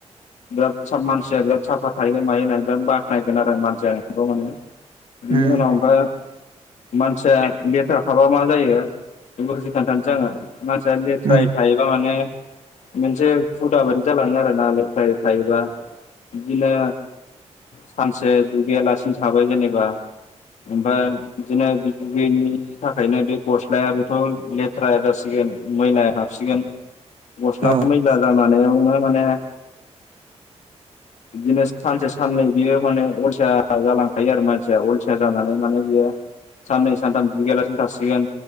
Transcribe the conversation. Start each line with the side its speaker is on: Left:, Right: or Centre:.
Left: बिराद साब मानसिया बिराद साफा थायो मायो होन्ना बिराद बाख्नायगोन आरो मानसि नोंखौ माने। बिनि
Right: उम
Left: उनाव ओमफाय मानसिया लेथेरा थाबा मा जायो, बेखौ एसे खोन्थासै आङो। मानसिया लेथ्रायै
Right: उम
Left: थायोबा माने मोनसे हुदा बायदि जालाङो आरो ना लेथ्रायै थायोबा। बिदिनो सानसे दुगैयालासिनो थाबाय जेनोबा ओमफ्राय बिदिनो बि गैयिनि थाखायनो बे गस्लायाबोथ' लेथ्राया जासिगोन मैलाया हाबसिगोन। गस्ला
Right: औ
Left: मैला जानानैयावनो माने बिदिनो सानसे साननै बियो माने अलसिया जालांखायो आरो मानसिया अलसिया जानानै माने बियो साननै सानथाम दुगैया लासेनो थासिगोन